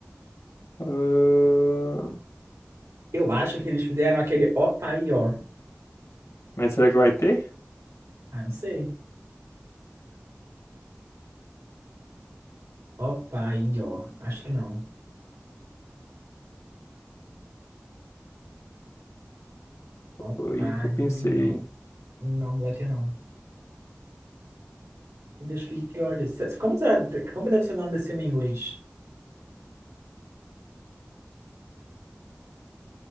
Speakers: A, on the left; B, on the right.
A: Ah,
B: Eu acho que eles fizeram aquele Ó Pai Ó.
A: Mas será que vai ter?
B: Ah, não sei. Ó Pai Ó. Acho que não. Ó
A: Foi
B: Pai
A: aí que eu pensei.
B: Ó. Não, não vai ter não. Meu Deus, que, que ódio. Se- Como, será, como deve ser o nome desse filme em inglês?